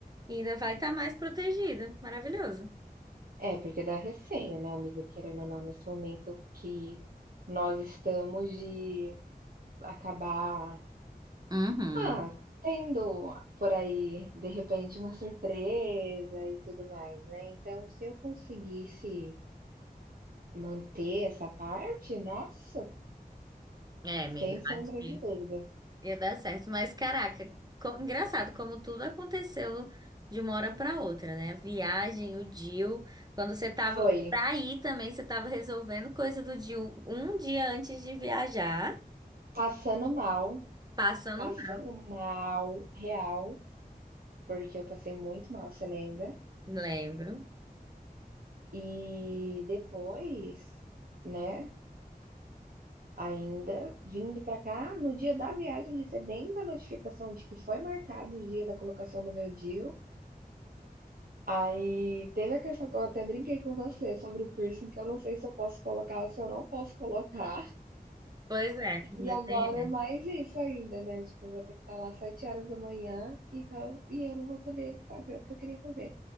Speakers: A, on the right; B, on the right.
A: e ainda vai estar mais protegida. Maravilhoso.
B: É, porque dá receio, né, amiga, querendo ou não, nesse momento que nós estamos de acabar,
A: Uhum.
B: ah, tendo por aí, de repente, uma surpresa e tudo mais, né. Então, se eu conseguisse manter essa parte, nossa,
A: É, amiga,
B: sem
A: eu
B: sombra
A: acho que
B: de dúvida.
A: Ia dar certo. Mas, caraca, co- engraçado como tudo aconteceu de uma hora para outra, né? A viagem, o deal. Quando você tava
B: Foi,
A: pra ir também, você tava resolvendo coisa do deal um dia antes de viajar,
B: passando mal,
A: passando
B: passando
A: mal.
B: mal, real, porque eu passei muito mal, você lembra?
A: Lembro.
B: E depois, né, Ainda vindo para cá, no dia da viagem, recebendo a notificação de que foi marcado o dia da colocação do meu DIU. Aí teve a questão que eu até brinquei com você sobre o piercing, que eu não sei se eu posso colocar ou se eu não posso colocar.
A: Pois é, ainda
B: E agora
A: tem.
B: é mais isso ainda, né, tipo, eu vou ter que estar lá às sete horas da manhã e tal, e eu não vou poder fazer o que eu queria fazer.